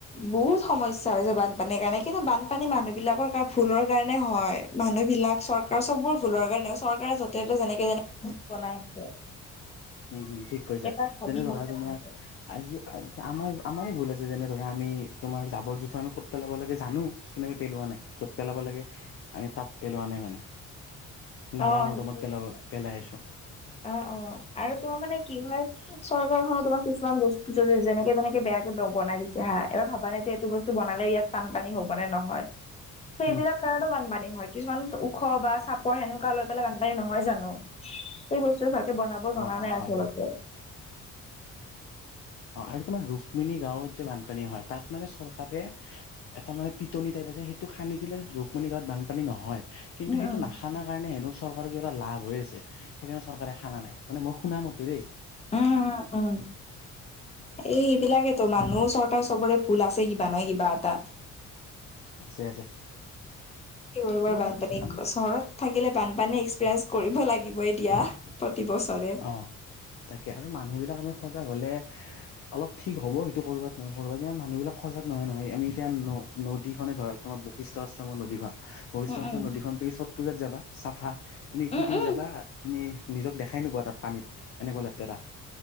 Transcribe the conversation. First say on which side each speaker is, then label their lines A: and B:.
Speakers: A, on the left; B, on the left.
A: বহুত সমস্যা বানপানীৰ কাৰণে, কিন্তু বানপানী মানুহ বিলাকৰ ভূলৰ কাৰণে হয়। মানুহবিলাক চৰকাৰ চবৰে ভুলৰ কাৰণে চৰকাৰে য'তে ত'তে যেনেকে যেনেকে বনাই আছে।
B: উম উম। ঠিক কৈছা,
A: একেটা ভাবি
B: তেনে
A: নাচাই
B: ধৰা তোমাৰ
A: সিহঁতে।
B: আজি- আমাৰ, আমাৰে ভুল আছে। যেনে ধৰা আমি তোমাৰ জাবৰ-জোথৰ আমি ক'ত পেলাব লাগে জানো, কিন্তু আমি পেলোৱা নাই। পেলাব লাগে, আমি তাত পেলোৱা নাই মানে। নালা
A: অ'
B: নৰ্দমাত
A: সেইটোৱে
B: পেলাব
A: কথা।
B: পেলাই আছো।
A: অ অ। আৰু তোমাৰ মানে কি হয়, চৰকাৰ খনৰ তোমাৰ কিছুমান বস্তু যেনেকে যেনে- বেয়াকে দ বনাই দিছে হা, এবাৰ ভাবা নাই যে এইটো বস্তু বনালে ইয়াত বানপানী হ'ব নে নহয়। সেইবিলাক
B: উম
A: কাৰণেও বানপানী হয় কিছুমান ওখ বা চাপৰ সেনেকুৱা লৈ পেলাই বানপানী নহয় জানো! সেই বস্তু ভালকে বনাব জনা
B: অ অ
A: নাই আচলতে।
B: হয় হয় অ, আৰু তোমাৰ ৰুক্মিণী গাঁওত যে বানপানী হয়, তাত মানে চৰকাৰে! এটা মানে পিটনি টাইপ আছে সেইটো খানি দিলে ৰুক্মিণী গাঁৱত বানপানী নহয়। কিন্তু
A: উম
B: সেইটো
A: উম
B: না- খানা কাৰণে হেনো চৰকাৰৰ কিবা এটা লাভ হৈ আছে, সেইকাৰণে চৰকাৰে খানা নাই। মানে মই শুনা মতে দেই।
A: উম উম। এই সেইবিলাকেটো মানুহ, চৰকাৰ চবৰে ভুল আছে কিবা নহয় কিবা এটা।
B: আছে আছে।
A: এইবোৰ বৰ
B: তোমাৰ
A: বানপানী
B: আমি
A: চহৰত। থাকিলে বানপানী এক্সপিৰিয়েঞ্চ কৰিব লাগিবই দিয়া প্ৰতিবছৰে।
B: অ' তাকে আৰু মানুহবিলাক আমি সজাগ হ'লে! অলপ ঠিক হ'ব, সেইটো ক'ৰবাত নহয়, ক'ৰবাত, কিন্তু মানুহবিলাক সজাগ নহয়, নহয়। আমি এতিয়া ন-নদীখনে ধৰা তোমাৰ বশিষ্ঠ আশ্ৰমৰ নদীখন। বশিষ্ঠ
A: উম
B: আশ্ৰমৰ
A: উম
B: নদীখন তুমি চত পূজাত যাবা চাফা। তুমি কিদিন
A: উম উম
B: যাবা তুমি নিজক দেখা দেখাই নোপোৱা তাত পানীত এনেকুৱা লেতেৰা।